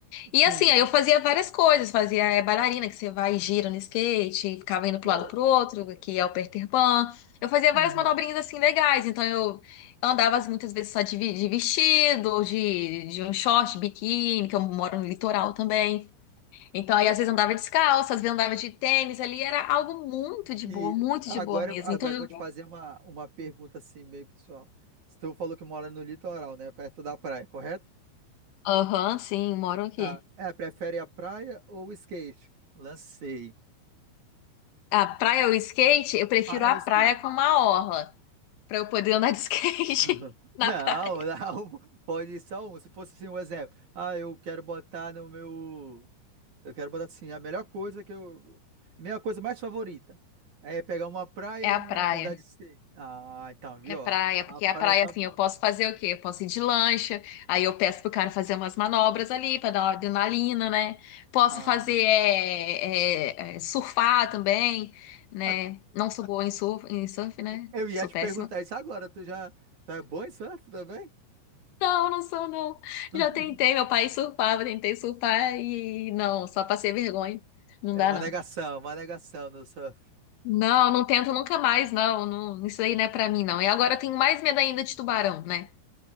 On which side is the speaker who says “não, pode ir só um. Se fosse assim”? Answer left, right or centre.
Right